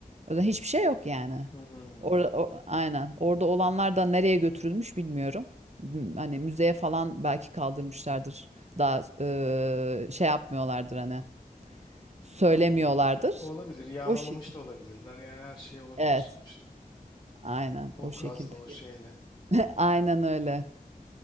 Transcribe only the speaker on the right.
O yüzden hiçbir şey yok yani.
Orada, o- aynen. Orada olanlar da nereye götürülmüş bilmiyorum. M- Hani müzeye falan belki kaldırmışlardır. Daha e, şey yapmıyorlardır hani. Söylemiyorlardır.
O şekilde.
Evet.
Aynen.
O şekilde
bir. Aynen öyle.